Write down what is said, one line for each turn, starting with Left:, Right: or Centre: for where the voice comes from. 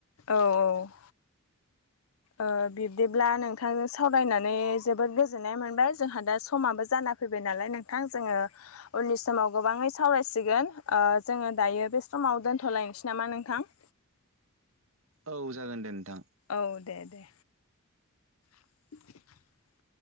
Left: औ औ। ओ बिब्दिब्ला नोंथांजों सावरायनानै ओ जबोद गोजोन्नाय मोनबाय जोंहा दा समाबो जाना फैबाय नालाय नोंथां जोङो उननि समाव गोबाङै सावरायसिगोन जोङो दायो बे समाव दोन्थ'लायनोसै नामा नोंथां <inaudible>
Right: औ जागोन नोंथां दे।
Left: औ दे दे। <inaudible>